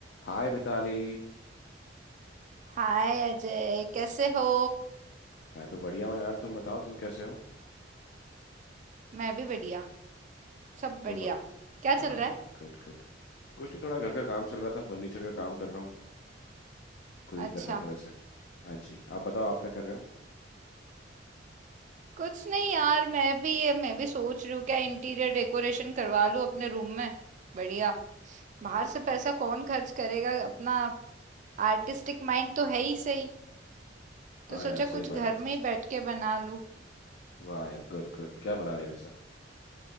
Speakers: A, on the left (about 60°); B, on the right (about 40°).
A: हाय मिताली
B: हाय अजय कैसे हो
A: मैं तो बढ़िया हूँ यार तुम बताओ तुम कैसे हो
B: मैं भी बढ़िया सब बढ़िया
A: और बत...
B: क्या
A: वाह
B: चल रहा
A: यार
B: है
A: गुड गुड कुछ नहीं थोड़ा घर का काम चल रहा था फर्नीचर का काम कर रहा हूँ खुद ही
B: अच्छा
A: कर रहा था वैसे हाँ जी आप बताओ आप क्या कर रहे हो
B: कुछ नहीं यार मैं भी ये मैं भी सोच रही हूँ क्या इंटीरियर डेकोरेशन करवा लूँ अपने रूम में बढ़िया बाहर से पैसा कौन खर्च करेगा अपना आर्टिस्टिक माइंड तो है ही सही
A: हाँ
B: तो सोचा
A: यार सही
B: कुछ घर
A: बात है
B: में ही बैठ के बना लूँ
A: वाह यार गुड गुड क्या बना रहे हो वैसा